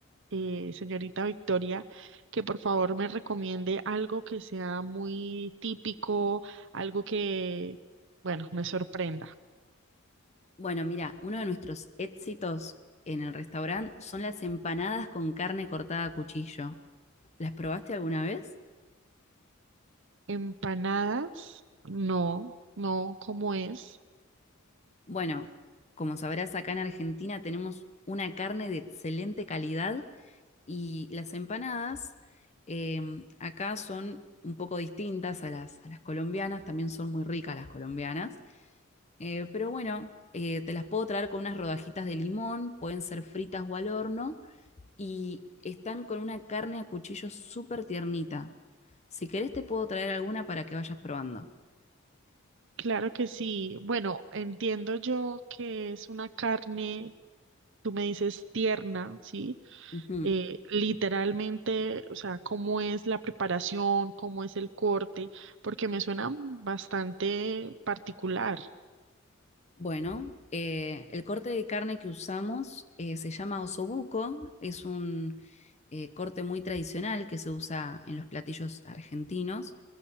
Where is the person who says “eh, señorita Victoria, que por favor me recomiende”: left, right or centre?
Right